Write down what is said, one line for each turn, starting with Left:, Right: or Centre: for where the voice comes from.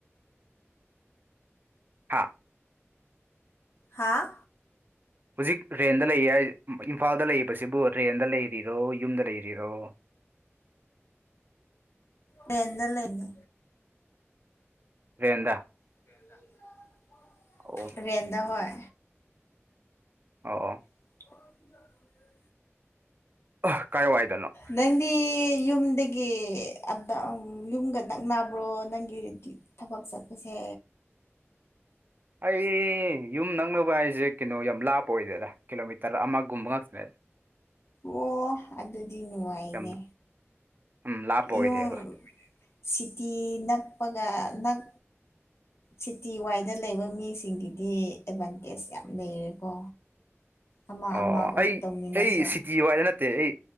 Right: ꯍꯥ
Left: ꯍꯥꯥ
Right: ꯍꯨꯖꯤꯛ ꯔꯦꯟꯗ ꯂꯩꯌꯦ ꯍꯥꯏꯌꯦ ꯏꯝꯐꯥꯜꯗ ꯂꯩꯕꯁꯤꯕꯨ ꯔꯦꯟꯗ ꯂꯩꯔꯤꯔꯣ ꯌꯨꯝꯗ ꯂꯩꯔꯤꯔꯣ꯫
Left: ꯔꯦꯟꯗ ꯂꯩꯕꯅꯤ
Right: ꯔꯦꯟꯗ
Left: ꯔꯦꯟꯗ
Right: ꯑꯣ
Left: ꯔꯦꯟꯗ ꯍꯣꯏ
Right: ꯑꯣ
Left: <inaudible>
Right: ꯑ ꯀꯥꯏ ꯋꯥꯏꯗꯅꯣ
Left: ꯅꯪꯗꯤ ꯌꯨꯝꯗꯒꯤ ꯑꯞ ꯗꯥꯎꯟ ꯌꯨꯝꯒ ꯅꯛꯅꯕ꯭ꯔꯣ ꯅꯪꯒꯤ ꯔꯦꯟꯗꯤ ꯊꯕꯛ ꯆꯠꯄꯁꯦ꯫
Right: ꯑꯩ ꯌꯨꯝ ꯅꯛꯅꯕ ꯍꯥꯏꯖꯦ ꯀꯩꯅꯣ ꯌꯥꯝ ꯂꯥꯞꯄ ꯑꯣꯏꯗꯦꯗ ꯀꯤꯂꯣꯃꯤꯇꯔ ꯑꯃꯒꯨꯝꯕ ꯉꯥꯛꯇꯅꯦꯗ
Left: ꯑꯣ ꯑꯗꯨꯗꯤ ꯅꯨꯡꯉꯥꯏꯅꯦ
Right: ꯌꯥꯝ ꯎꯝ ꯂꯥꯞꯄ ꯑꯣꯏꯗꯦꯕ
Left: ꯌꯨꯝ ꯁꯤꯇꯤ ꯅꯛꯄꯒ ꯅꯛ ꯁꯤꯇꯤ ꯋꯥꯏꯗ ꯂꯩꯕ ꯃꯤꯁꯤꯡꯒꯤꯗꯤ ꯑꯦꯗꯚꯥꯟꯇꯦꯖ ꯌꯥꯝ ꯂꯩꯔꯦꯀꯣ꯫ ꯑꯃ
Right: ꯑꯣ
Left: ꯑꯃ ꯑꯣꯏ
Right: ꯑꯩ
Left: ꯇꯧꯅꯤꯡꯉꯁꯨ
Right: ꯑꯩ ꯁꯤꯇꯤ ꯋꯥꯏꯗ ꯅꯠꯇꯦ ꯑꯩ